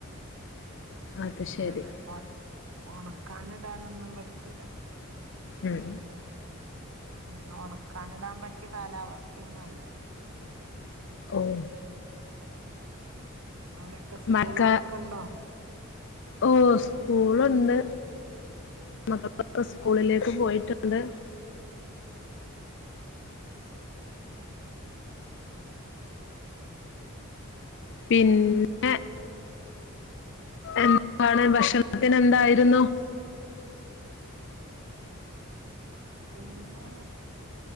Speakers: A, on the left; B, on the right.
A: അത് ശരി
B: അങ്ങനെ ഒണ ഒണക്കാനിടാനൊന്നും പറ്റൂല.
A: ഉം
B: ഒന്നും ഒണക്കാനിടാൻ പറ്റിയ കാലാവസ്ഥയൊന്നും അല്ല
A: ഓഹ്
B: അവിടൊക്കെ സ്കൂളുകളൊക്കെ
A: മഴക്ക
B: ഇണ്ടോ
A: ഓ സ്കൂളുണ്ട് മക്കളൊക്കെ സ്കൂളിലേക്ക് പോയിട്ടുണ്ട്. പിന്നെ എന്താണ് ഭക്ഷണത്തിനെന്തായിരുന്നു?
B: ഇന്ന്